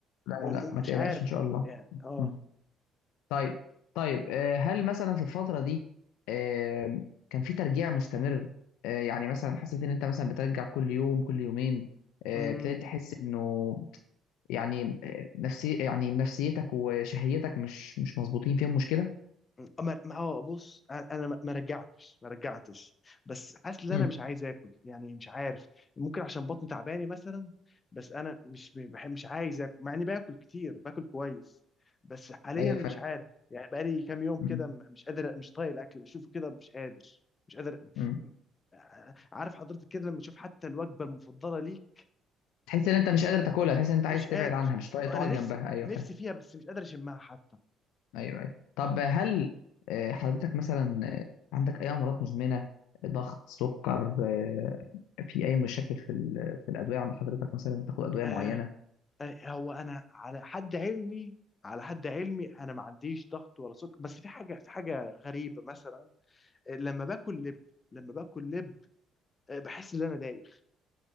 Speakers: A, on the left (about 65°); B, on the left (about 35°).
A: لا
B: هو مو-
A: لا ما
B: مش
A: تقلقش
B: عارف
A: إن شاء الله
B: يعني اه
A: مم. طيب طيب آه، هل مثلا في الفترة دي آه، كان في ترجيع مستمر آه، يعني مثلا حسيت ان انت مثلا بترجع كل يوم كل يومين آه،
B: امم
A: ابتديت تحس انه يعني آه، نفسي يعني نفسيتك وشهيتك مش مش مظبوطين فيهم مشكلة
B: آه، ما ما- اه بص انا أنا ما ما رجعتش ما رجعتش بس حاسس ان
A: امم
B: انا مش عايز اكل يعني مش عارف ممكن عشان بطني تعباني مثلا بس انا مش بحب مش عايز اكل مع اني باكل كتير باكل كويس بس حاليا
A: ايوه
B: مش
A: فاهم
B: عارف يعني بقالي كام يوم كده
A: مم.
B: م- مش قادر مش طايق الاكل بشوفه كده مش قادر مش قادر
A: مم.
B: م- آه، عارف حضرتك كده لما تشوف حتى الوجبه المفضله ليك
A: تحس ان انت مش قادر تاكلها تحس ان انت عايز
B: مش قادر
A: تبعد عنها مش طايق
B: آه،
A: تقعد
B: انا نفسي
A: جنبها ايوه
B: نفسي
A: فاهم
B: فيها بس مش قادر اشمها حتى
A: ايوه ايوه طب هل آه، حضرتك مثلا آه، عندك اي امراض مزمنه ضغط سكر آه، في اي مشاكل في ال- في الادويه عند حضرتك مثلا تاخد ادويه
B: آه،
A: معينه
B: آه، هو انا على حد علمي على حد علمي انا ما عنديش ضغط ولا سكر بس في حاجه في حاجه غريبه مثلا آه، لما باكل لب لما باكل لب آه، بحس ان انا دايخ